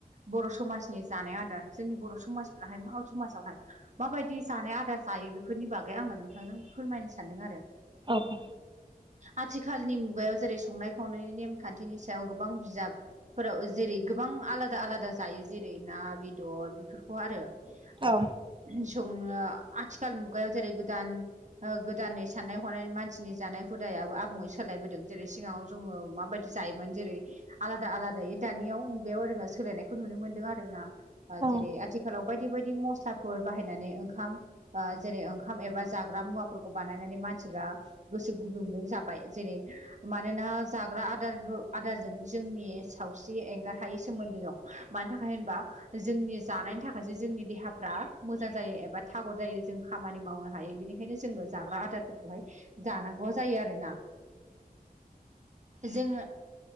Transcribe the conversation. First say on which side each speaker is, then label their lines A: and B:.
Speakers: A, on the right (about 50°); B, on the right (about 30°).
A: बर' समाजनि जानाय आदार जोंनि बर' समाजफ्राहाय मा समाजावहाय माबायदि जानाय आदार जायो बे बेफोरनि बागै आङो नोंथांजों फोरमायनो सानदों आरो
B: औ
A: आथिखालनि मुगायाव जेरै संनाय खावनायनि नेमखान्थिनि सायाव गोबां बिजाब फोराव जेरै गोबां आलादा आलादा जायो जेरै ना बेदर बेफोरखौ आरो ओ
B: औ
A: संनो आथिखाल मुगायाव जेरै गोदान ओ गोदानैनि साननाय हनाय मानसिनि जानाय हुदायाबो आ आबुङै सोलायबोदों जेरै सिगाङाव जोङो माबायदि जायोमोन जेरै आलादा आलादायै दानियाव मुगायाव <unintelligible> सोलायनायखौ नुनो मोनदों आर ना
B: औ
A: जेरै आथिखाल आथिखालाव बायदि बायदि मस्लाफोर बाहायनानै ओंखाम जेरै ओंखाम एबा जाग्रा मुवाफोरखौ बानायनानै मानसिफ्रा गोसो गुदुङै जाब जेरै मानोना जाग्रा आदार आदारजों जोंनि साथ स्रि एंगार हायै सोमोन्दो दं मानि थाखाय होनबा जोंनि जानायनि थाखायसो जोंनि देहा फ्रा मोजां जायो एबा थागर जायो जों खामानि मावनो हायो बेनिखायनो जोङो जाग्रा आदारफोरखौहाय जानांगौ जायो आरोना जोङो